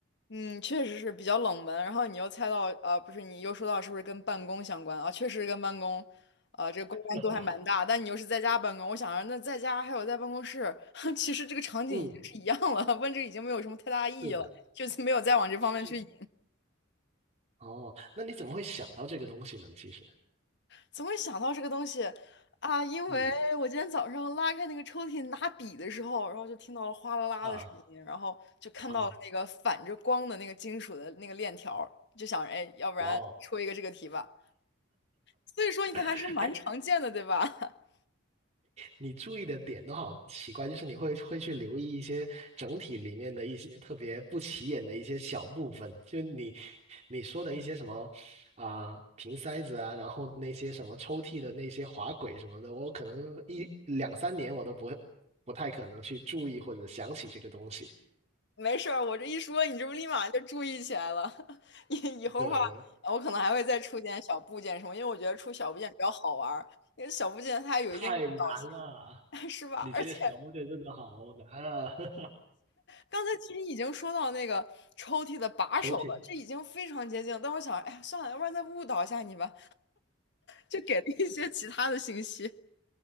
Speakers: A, on the left (about 60°); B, on the right (about 35°).
A: 嗯，确实是比较冷门。然后你又猜到，呃，不是，你又说到是不是跟办公相关啊？确实是跟办公，啊、这个关联度还蛮大。
B: <laughs>
A: 但你又是在家办公，我想着那在家还有在办公室，<laughs> 其实这个场景已经是一样了，
B: 嗯，
A: 问这个已经没有什么太大意义了，
B: 是的，
A: 就是没有再往这方面去引。
B: 是哦，那你怎么会想到这个东西呢？其实，
A: 怎么会想到这个东西啊？因为我今天早上拉开那个抽屉拿笔的时候，
B: 嗯
A: 然后就听到了哗啦啦的声音，
B: 啊
A: 然后就看到了那个反着光的那个金属的那个链条儿就想着，
B: 啊，
A: 哎，要不然出一个这个题吧。
B: 哇哦，
A: 所以说，你看还是蛮常见的，
B: <laughs> 哎。
A: 对吧？<laughs>
B: 你注意的点都好奇怪，就是你会会去留意一些整体里面的一些特别不起眼的一些小部分，就你你说的一些什么啊、瓶塞子啊，然后那些什么抽屉的那些滑轨什么的，我可能一两三年我都不会不太可能去注意或者想起这个东西。
A: 没事儿，我这一说，你这不立马就注意起来了。<laughs> 以以后的话，
B: 对，
A: 我可能还会再出点小部件什么，因为我觉得出小部件比较好玩儿，因为小部件它有一定误导性。
B: 太难了，
A: <laughs> 是吧？
B: 你这个小部队真的好难啊！
A: 而且
B: <laughs>
A: 刚才其实已经说到那个抽屉的把手了，
B: 重新
A: 这已经非常接近了。但我想，哎呀，算了，要不然再误导一下你吧，就给了一些其他的信息。